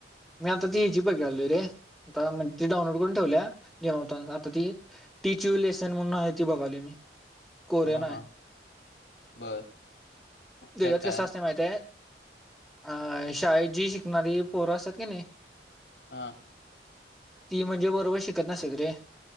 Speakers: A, in the centre; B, on the left.
A: मी आता ती हिजी बघायलो आहे. रे आता म्हणजे ती डाऊनलोड करून ठेवलीय. जे होता आता ती टीचिंव लेसन म्हणून आहेत. ती बघायलोय मी कोरियन
B: हा
A: आहे.
B: हा बर
A: देवत्व
B: त्यात काय
A: कसाय माहित आहे? अ शाळेत जी शिकणारी पोर असतात. की नाही
B: हा.
A: ती म्हणजे बरोबर शिकत नसतेत रे.